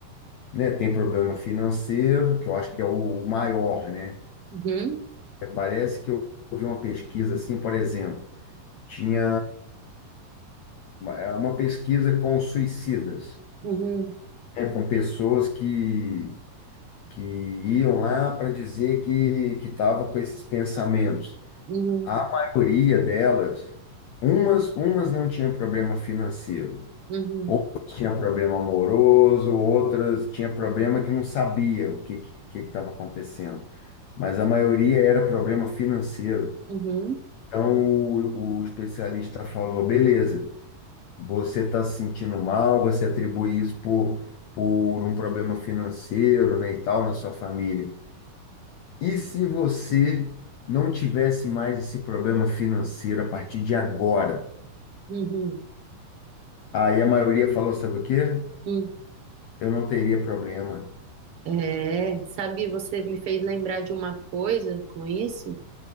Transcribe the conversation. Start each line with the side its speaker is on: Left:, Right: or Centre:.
Left: né? Tem problema financeiro, que eu acho que é o o maior, né?
Right: Uhum,
Left: É, parece que eu eu vi uma pesquisa assim, por exemplo, tinha uma é, uma pesquisa com suicidas,
Right: uhum,
Left: né? Com pessoas que que iam lá para dizer que que estava com esses pensamentos.
Right: uhum,
Left: A maioria delas, umas umas não tinha problema financeiro,
Right: uhum,
Left: outras tinha problema amoroso, outras tinha problema que não sabia o que que estava acontecendo, mas a maioria era problema financeiro.
Right: uhum,
Left: Então o, o especialista falou, beleza, você está se sentindo mal, você atribui isso por por um problema financeiro, né, e tal na sua família. E se você não tivesse mais esse problema financeiro a partir de agora?
Right: uhum,
Left: Aí a maioria falou, sabe o quê?
Right: uhum.
Left: Eu não teria problema.
Right: É, sabe, você me fez lembrar de uma coisa com isso.